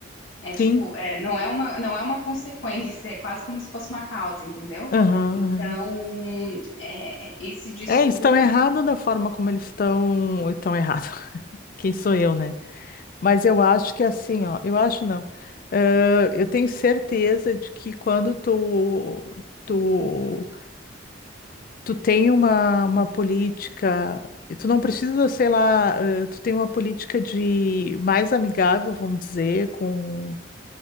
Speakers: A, on the left (about 85°); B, on the left (about 45°).
A: É tipo,
B: Sim.
A: é, não é uma, não é uma consequência, é quase como se fosse uma causa, entendeu?
B: Aham,
A: Então,
B: aham.
A: é, esse discurso.
B: É, eles estão errados da forma como eles estão, estão errados. <laughs> Quem sou eu, né? Mas eu acho que é assim, ó, eu acho não. Eh, eu tenho certeza de que quando tu, tu tu tem uma, uma política, tu não precisa, sei lá, eh, tu tem uma política de mais amigável, vamos dizer, com,